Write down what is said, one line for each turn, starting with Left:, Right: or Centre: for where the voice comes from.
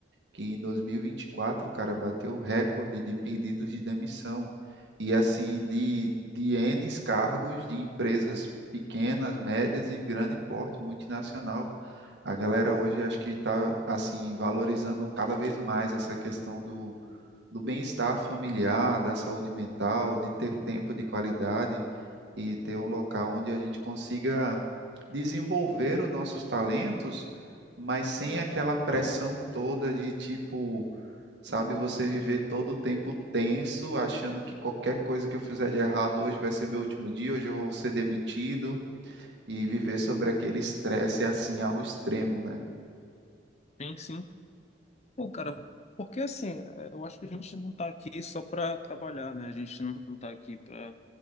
Right: que em 2024, cara, bateu o recorde de pedidos de demissão. E assim, de, de N cargos de empresas pequenas, médias e grande porte multinacional. A galera hoje acho que está assim valorizando cada vez mais essa questão do, do bem-estar familiar, da saúde mental, de ter tempo de qualidade e ter um local onde a gente consiga desenvolver os nossos talentos, mas sem aquela pressão toda de tipo, sabe, você viver todo o tempo tenso, achando que qualquer coisa que eu fizer de errado hoje vai ser meu último dia, hoje eu vou ser demitido e viver sobre aquele estresse é assim ao extremo, né?
Left: Sim, sim. Pô, cara, porque assim, eu acho que a gente não tá aqui só para trabalhar, né? A gente não não tá aqui para